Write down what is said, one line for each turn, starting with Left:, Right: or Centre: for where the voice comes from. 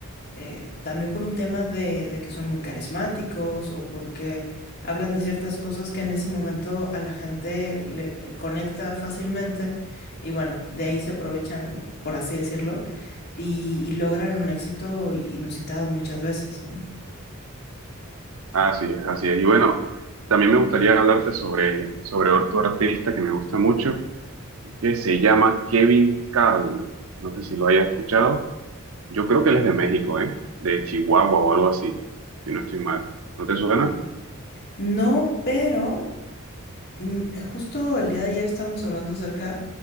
Left: eh, también por un tema de, de que son muy carismáticos o porque hablan de ciertas cosas que en ese momento a la gente le eh, conecta fácilmente y bueno, de ahí se aprovechan, por así decirlo, y, y logran un éxito inusitado muchas veces, ¿no?
Right: Así es, así es. Y bueno, también me gustaría hablarte sobre, sobre otro artista que me gusta mucho, que se llama Kevin Carl. No sé si lo hayas escuchado. Yo creo que él es de México, ¿eh? De Chihuahua o algo así, si no estoy mal. ¿No te suena?
Left: No, pero Mm, eh, Justo el día de ayer estábamos hablando acerca